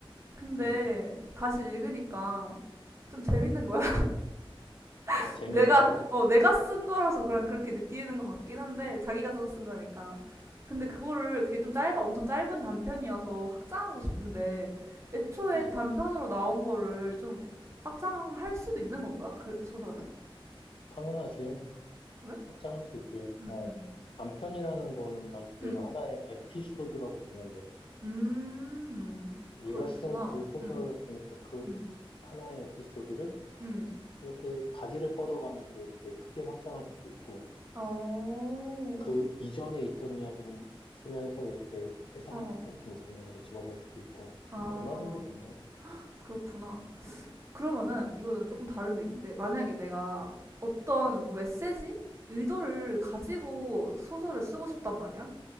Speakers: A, on the right; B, on the left.
A: 근데
B: 응.
A: 다시 읽으니까 좀 재밌는 거야. <laughs>
B: 재미있다고?
A: 내가 어 내가 쓴 거라서 그냥 그렇게 느끼는 것 같긴 한데 자기가 써 쓴 거니까. 근데 그거를 그게 좀 짧아 엄청 짧은 단편이어서 확장하고 싶은데 애초에
B: 응,
A: 단편으로 나온 거를 좀 확장할 수도 있는 건가? 그 소설은?
B: 당연하지.
A: 그래?
B: 확장할 수 있지.
A: 음,
B: 어,
A: 음,
B: 단편이라는 거는 말 그대로
A: 음,
B: 하나의 에피소드라고 보면 돼.
A: 음,
B: 네가
A: 그렇구나.
B: 쓴 그 소설,
A: 음,
B: 그러니까 그
A: 음,
B: 하나의 에피소드를
A: 음.
B: 이렇게 가지를 뻗어가면서 이렇게 크게 확장할 수도 있고,
A: 어,
B: 그 이전에 있던 이야기를 쓰면서 이렇게 회상
A: 어,
B: 같은 장면에 집어넣을 수도 있고,
A: 아,
B: 얼마든지 가능하지.
A: 그렇구나. 그러면은
B: 음,
A: 이거는 조금 다른 얘기인데, 만약에 내가 어떤 뭐 메시지? 의도를 가지고 소설을 쓰고 싶단 말이야?